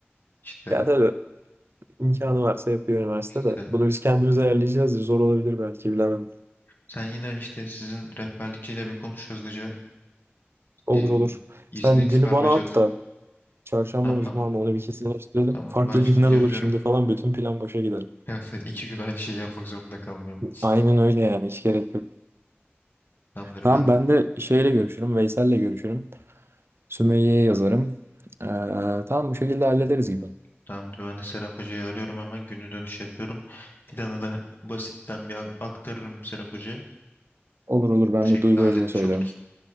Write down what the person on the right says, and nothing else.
Ya tabii imkanı varsa yapıyor üniversite
de. Bunu biz kendimiz ayarlayacağız. Zor olabilir belki bilemedim.
Olur
olur.
Sen
günü bana
at da çarşamba
mı
cuma mı onu bir kesinleştirelim.
Farklı
günler
olur şimdi falan. Bütün plan boşa gider.
Aynen öyle yani hiç gerek yok.
Tamam
ben de şeyle görüşürüm. Veysel'le görüşürüm. Sümeyye'ye yazarım. Ee, tamam bu şekilde hallederiz gibi.
Olur olur ben
de Duygu
Hoca'ya söylerim.